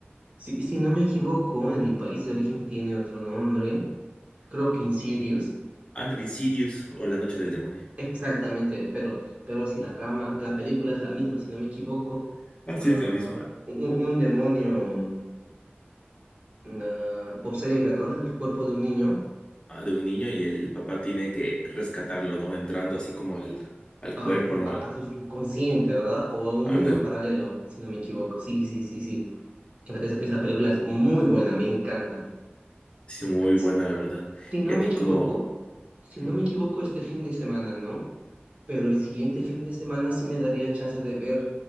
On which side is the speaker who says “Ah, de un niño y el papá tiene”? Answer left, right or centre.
Left